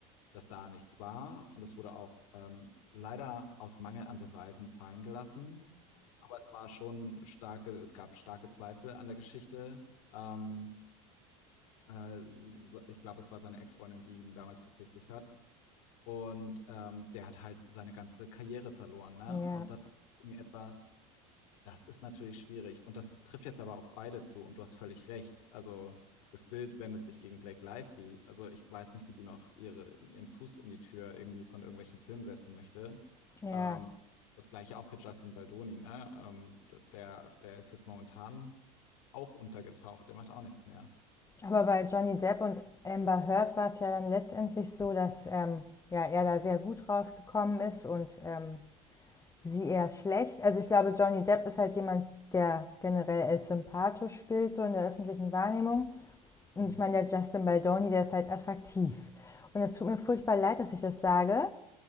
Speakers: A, on the left (about 75°); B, on the left (about 15°).
A: dass da nichts war und es wurde auch ähm, leider aus Mangel an Beweisen fallen gelassen. Aber es war schon starke, es gab starke Zweifel an der Geschichte. Ähm, äh, so- ich glaube, es war seine Ex-Freundin, die ihn damals bezichtigt hat. Und ähm, der hat halt seine ganze Karriere verloren, ne?
B: mhm, ja,
A: Und das ist mir etwas, das ist natürlich schwierig und das trifft jetzt aber auf beide zu und du hast völlig recht. Also das Bild wendet sich gegen Blake Lively. Also ich weiß nicht, wie die noch ihre, ihren Fuß in die Tür irgendwie von irgendwelchen Filmen setzen möchte.
B: ja.
A: Ähm, das gleiche auch für Justin Baldoni, ne? Ähm, d- der, der ist jetzt momentan auch untergetaucht, der macht auch nichts mehr.
B: Aber bei Johnny Depp und Amber Heard war es ja dann letztendlich so, dass ähm, ja, er da sehr gut rausgekommen ist und ähm, sie eher schlecht. Also ich glaube, Johnny Depp ist halt jemand, der generell als sympathisch gilt, so in der öffentlichen Wahrnehmung. Und
A: Hm.
B: ich meine, der Justin Baldoni, der ist halt attraktiv. Und es tut mir furchtbar leid, dass ich das sage.